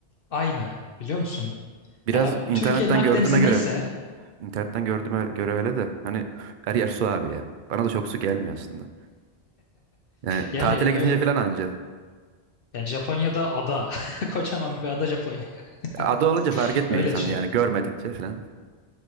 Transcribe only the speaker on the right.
Biraz
internetten
gördüğüme göre
internetten gördüğüme göre öyle de hani <laughs> her yer su abi ya. Bana da çok su gelmiyor aslında. Yani
tatile gidince
falan anca.
Ada olunca fark
etmiyor
insan
yani görmedikçe falan.